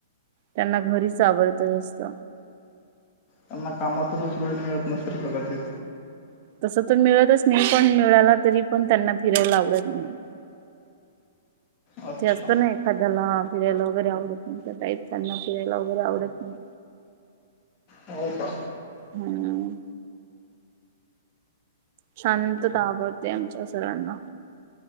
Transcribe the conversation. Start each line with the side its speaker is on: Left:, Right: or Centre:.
Right: त्यांना घरीच आवडत जास्त.
Left: त्यांना कामातूनच वेळ मिळत नसेल कदाचित.
Right: तसं तर मिळतच नाही पण मिळाला तरी पण त्यांना फिरायला आवडत नाही.
Left: अच्छा
Right: ते असतं नाय. कदाला फिरायला वगैरे आवडत नाही त्या टाईप त्यांना फिरायला वगैरे आवडत नाही.
Left: हो का.
Right: हम्म. शांतता आवडते आमच्या सरांना.